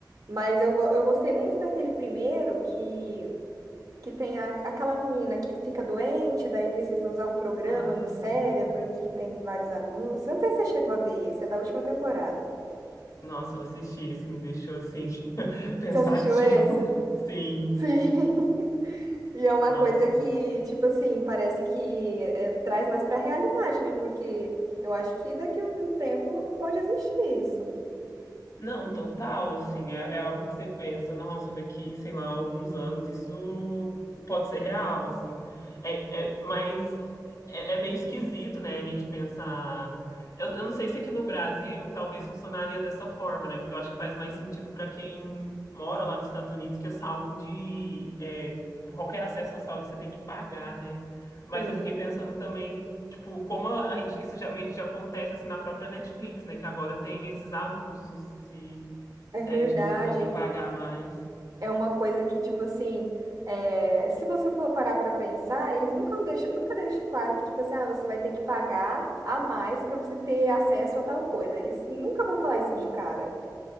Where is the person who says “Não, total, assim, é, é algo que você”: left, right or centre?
Left